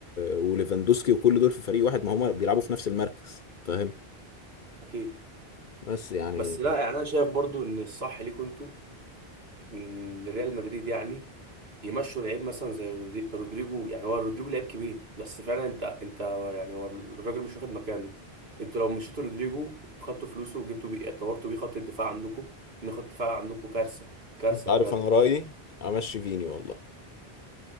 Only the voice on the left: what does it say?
وليفاندوسكي وكل دول في فريق واحد ما هما بيلعبوا في نفس المركز فاهم
بس يعني
انت عارف
انا رأيي امشي فيني والله